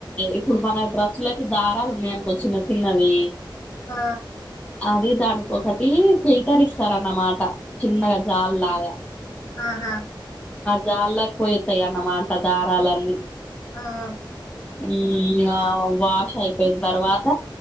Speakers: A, on the left; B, on the left.
A: ఇప్పుడు మన డ్రస్సులకి దారాలు ఉన్నాయనుకో చిన్న చిన్నవి
B: ఆ,
A: అది దానికి ఒకటి ఫిల్టర్ ఇస్తారన్నమాట చిన్నగా జాల్లాగ
B: అహా
A: జాల్లకి పోయితయ్ అన్నమాట దారాలన్నీ
B: ఆ...
A: ఇంగ వాష్ అయిపోయిన తర్వాత